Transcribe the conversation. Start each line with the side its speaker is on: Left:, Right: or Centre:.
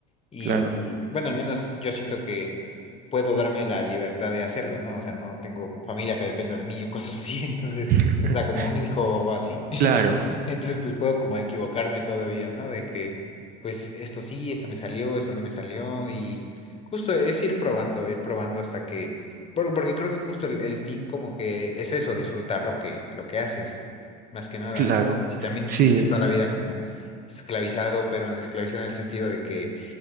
Left: Y
Right: Claro,
Left: bueno, al menos yo siento que puedo darme la libertad de hacerlo, ¿no? O sea, no tengo familia que dependa de mí o cosas así, <laughs> entonces,
Right: <laughs>
Left: o sea, como un hijo o así.
Right: claro,
Left: <laughs> Entonces, pues puedo como equivocarme todavía, ¿no? De que, pues esto sí, esto me salió, esto no me salió, y justo es ir probando, ir probando hasta que, por- porque creo que justo el, el fin como que es eso, disfrutar lo que, lo que haces, más que nada.
Right: claro.
Left: Si también
Right: Sí,
Left: vives toda la vida como esclavizado, pero en esclavizado en el sentido de que